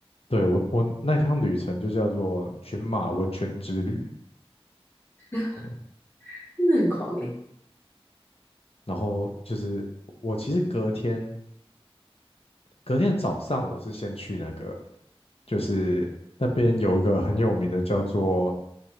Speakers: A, on the left; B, on the left.
A: 对我我那趟旅程就叫做群马温泉之旅。
B: <laughs>
A: 对，
B: 真的很狂诶、
A: 然后就是我其实隔天隔天早上我是先去那个，就是那边有一个很有名的叫做